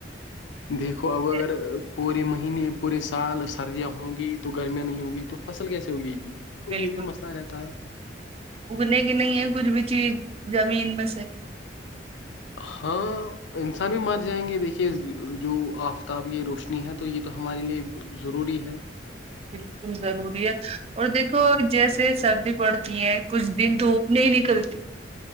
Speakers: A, on the left (about 80°); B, on the right (about 30°).
A: دیکھو اب
B: کے
A: اگر پورے مہینے پورے سال سردیاں ہوں گی تو گرمیاں نہیں ہوں گی تو فصل کیسے ہوگی گی تو
B: بالکل
A: یہ بھی مسئلہ رہتا ہے
B: اگنے کی نہیں ہے کچھ بھی چیز زمین میں سے
A: ہاں انسان بھی مار جائیں گے دیکھیے جو آفتاب کی روشنی ہے تو یہ تو ہمارے لیے ضروری ہے
B: جی بالکل ضروری ہے اور دیکھو جیسے سردی پڑتی ہے کچھ دن دھوپ نہیں نکلتی